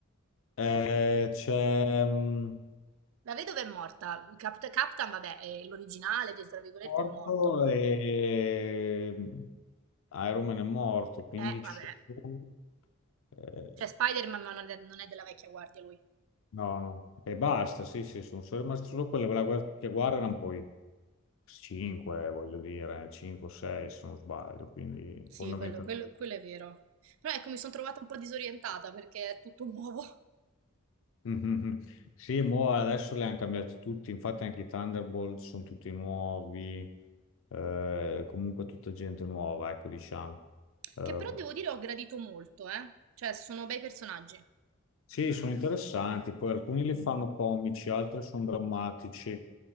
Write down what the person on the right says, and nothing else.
La vedova è morta, Cap- Captain, vabbè, è l'originale, tra virgolette,
è morto.
Eh, vabbè.
Cioè Spider-Man ma non è non è della vecchia guardia lui.
Sì,
quello quello quello è vero. Però ecco mi son trovata un po' disorientata perché è tutto <laughs> nuovo.
Che però devo dire ho gradito molto, eh. Cioè sono bei personaggi.